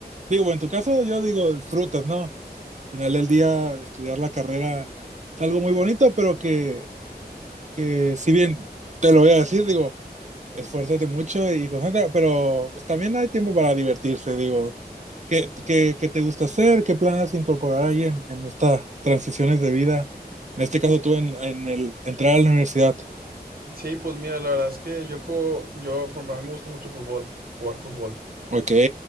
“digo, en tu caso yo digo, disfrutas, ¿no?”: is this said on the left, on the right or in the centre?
Right